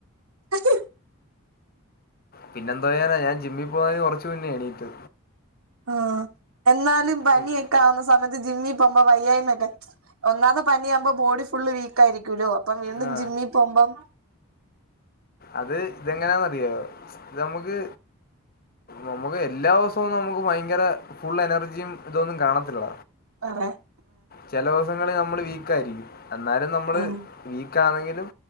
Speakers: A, on the right (about 75°); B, on the left (about 45°).
A: <unintelligible>
B: പിന്നെ എന്ത വേറെ ഞാൻജിമ്മിൽ പോകന് കുറച്ച് മുന്നേ എണീട്ട്
A: ആ എന്നാലും പനിയക്കെ
B: ഉയ്.
A: ക്കാവുന്നസമയത്ത് ജിമ്മിൽ പോകുമ്പോ വയ്യായ്മയ ഒക്കെ ഒന്നാമത്തെ പനിയകുമ്പോ ബോഡി ഫുള് വീക്ക് ആയിരിക്കൂല്ലോ അപ്പം വീണ്ടും
B: ആ
A: ജിമ്മിൽ പോകുമ്പം
B: അത് ഇതെങ്ങനാന്നറിയോ ഇത് നമുക്ക് നമുക്ക് എല്ലാ ദിവസവുംന്നും നമുക്ക് ഭയങ്കര ഫുൾ എനർജിയും ഇതൊന്നും കാണത്തില്ല
A: <unintelligible>
B: ചില ദിവസങ്ങൾ നമ്മള് വീക്ക ആയിരിക്കും എന്നാലും നമ്മള്
A: ഉം
B: വീക്ക് ആണെങ്കിലും,